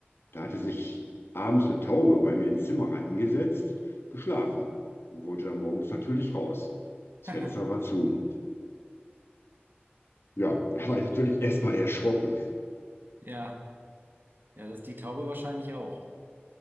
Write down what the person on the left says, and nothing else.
Da hatte sich abends eine Taube bei mir ins Zimmer reingesetzt, geschlafen und wollte dann morgens natürlich raus. Das
Fenster war zu. Ja, <laughs> da war ich natürlich erstmal erschrocken.